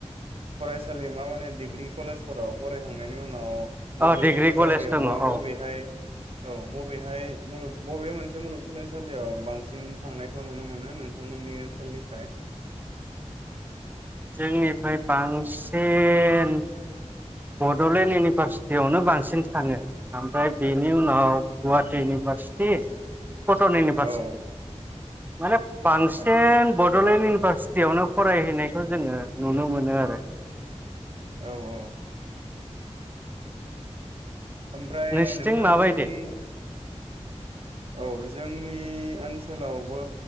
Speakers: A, on the right; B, on the right.
A: फरायसालिमा माने डिग्रि कलेजफोराव फरायखांनायनि उनाव बबे
B: अ डिग्रि कलेज
A: जायगायावबा
B: दङ औ
A: बबेहाय औ बबेहाय मुलुग बबे मोनसे मुलुगसोलोंसालियाव बांसिन थांनायखौ नुनो मोनो नोंथांमोननि ओनसोलनिफ्राय
B: जोंनिफ्राय बांसिन बड'लेण्ड इउनिभारसिटियावनो बांसिन थाङो ओमफ्राय बेनि उनाव गुवाहाटि इउनिभारसिटि कटन इउनिभारसिटि
A: औ
B: माने बांसिन
A: आदसा
B: बड'लेण्ड इउ इउनिभारसिटियावनो फरायहैनायखौ जोङो नुनो मोनो आरो
A: औ औ
B: <inaudible>
A: ओमफ्राय
B: नोंसिथिं
A: नोंथांमोननि
B: माबायदि
A: औ जोंनि ओनसोलावबो